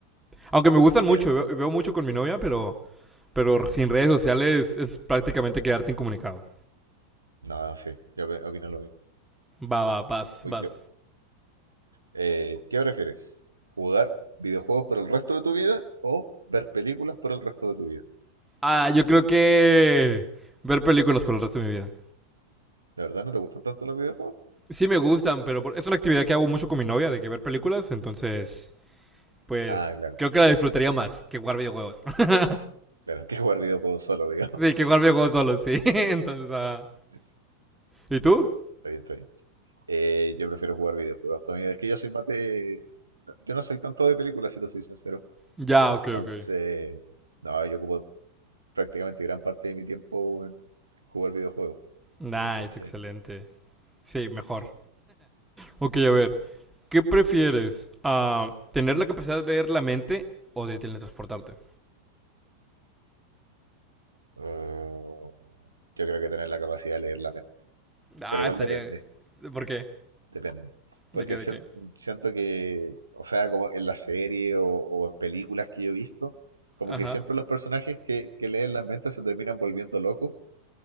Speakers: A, in the centre; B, on the right.
A: Aunque me gustan mucho,
B: Bien.
A: veo, veo mucho con mi novia, pero, pero sin redes sociales es prácticamente quedarte incomunicado.
B: No, no, sí, yo opi- opino lo mismo.
A: Va,
B: Ya,
A: va, vas,
B: voy
A: vas.
B: yo. Eh, ¿qué prefieres? ¿Jugar videojuegos por el resto de tu vida o ver películas por el resto de tu vida?
A: Ah, yo creo que ver películas por el resto de mi vida.
B: ¿De verdad no te gustan tanto los videojuegos?
A: Sí me gustan, pero por- es una actividad que hago mucho con mi novia, de que ver películas, entonces, pues,
B: Ah, claro,
A: creo que la disfrutaría más que jugar videojuegos. <laughs>
B: claro, <laughs> que jugar videojuegos solo, digamos.
A: sí, que jugar videojuegos solo, sí. <laughs> entonces, ah.
B: <laughs> Está
A: ¿Y tú?
B: bien, está bien. Eh, yo prefiero jugar videojuegos también. Es que yo soy más de... no, Yo no soy tanto de películas, si te soy sincero.
A: Ya,
B: Entonces,
A: ok, ok.
B: no, yo ocupo prácticamente gran parte de mi tiempo en jugar videojuegos.
A: Nice,
B: Entonces,
A: excelente. Sí, mejor.
B: sí.
A: Ok, a ver, ¿qué prefieres? Ah, ¿Tener la capacidad de leer la mente o de teletransportarte?
B: Uh, yo creo que tener la capacidad de leer la mente.
A: Ah,
B: Pero igual
A: estaría...
B: depende,
A: ¿Por qué?
B: depende.
A: ¿De
B: Porque
A: qué, de
B: siento,
A: qué?
B: siento que, o sea, como en la serie o, o en películas que yo he visto, como
A: Ajá.
B: que siempre los personajes que, que leen las mentes se terminan volviendo locos